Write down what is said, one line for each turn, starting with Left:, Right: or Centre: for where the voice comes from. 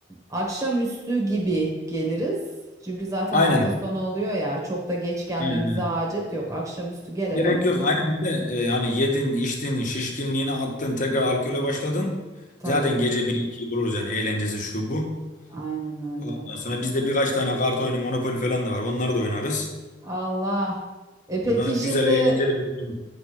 Right: akşamüstü gibi geliriz. Çünkü zaten
Left: Aynen.
Right: hafta sonu oluyor ya. Çok da geç gelmemize
Left: Aynen. aynen.
Right: hacet yok. Akşamüstü gelelim.
Left: Gerek yok. Aynen bir de e, hani yedin, içtin, şişkinliğini attın, tekrar alkole başladın.
Right: Tabii.
Left: Zaten gece 1-2'yi buluruz yani eğlencesi şu bu.
Right: Aynen öyle.
Left: Ondan sonra bizde birkaç tane kart oyunu, Monopoly falan da var. Onları da oynarız.
Right: Allah. E peki
Left: Buna güzel,
Right: şimdi
Left: eğlenceli bir gün olur.